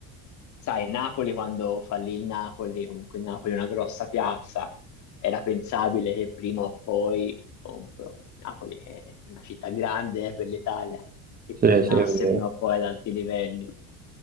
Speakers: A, on the left; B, on the right.
A: sai, Napoli quando fallì il Napoli, comunque il Napoli è una grossa piazza, era pensabile che prima o poi, comunque oh, Napoli è una città grande eh, per l'Italia, che
B: sì,
A: tornasse
B: sì, è vero.
A: prima o poi ad alti livelli.